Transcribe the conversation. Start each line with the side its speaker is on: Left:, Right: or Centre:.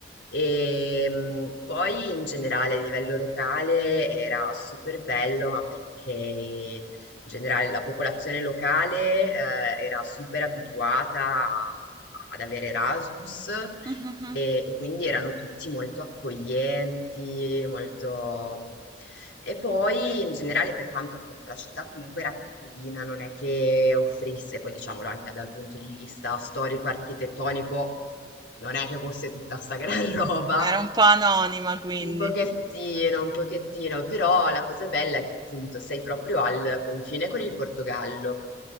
Left: E mh, poi in generale a livello locale era super bello ma perché in generale la popolazione locale, eh, era super abituata a- ad avere Erasmus
Right: Mhm.
Left: e, e quindi erano tutti molto accoglienti, molto... E poi in generale per quanto appunto la città comunque era piccolina, non è che offrisse, poi diciamolo anche dal punto di vista storico-architettonico, non è che fosse tutta sta gran <laughs> roba,
Right: Era un po' anonima, quindi.
Left: un pochettino, un pochettino, però la cosa bella è che appunto sei proprio al confine con il Portogallo